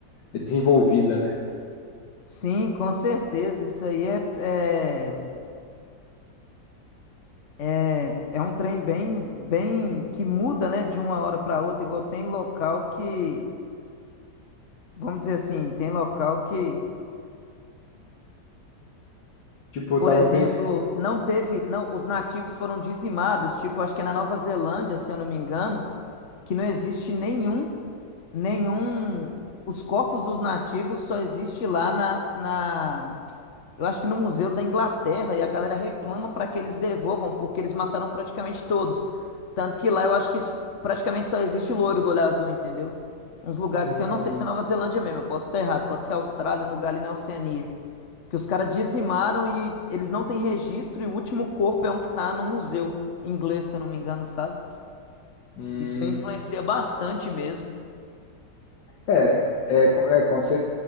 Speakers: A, on the left; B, on the left.
A: desenvolvida, né?
B: sim, com certeza. Isso aí é, é, é é um trem bem, bem que muda, né? De uma hora para outra. Igual tem local que, vamos dizer assim, tem local que.
A: Tipo, eu
B: Por
A: tava
B: exemplo,
A: pensando,
B: não teve, não, os nativos foram dizimados, tipo, acho que é na Nova Zelândia, se eu não me engano, que não existe nenhum, nenhum, os corpos dos nativos só existe lá na, na, eu acho que no Museu da Inglaterra e a galera reclama para que eles devolvam, porque eles mataram praticamente todos. Tanto que lá eu acho que s- praticamente só existe loiro do olho azul, entendeu? Uns lugares,
A: hum,
B: assim, eu não sei se é Nova Zelândia mesmo, eu posso estar errado, pode ser Austrália, um lugar ali na Oceania. Que os caras dizimaram e eles não têm registro e o último corpo é um que tá num museu inglês, se eu não me engano, sabe?
A: hum,
B: Isso influencia bastante mesmo.
A: É, é, co- é com, cer-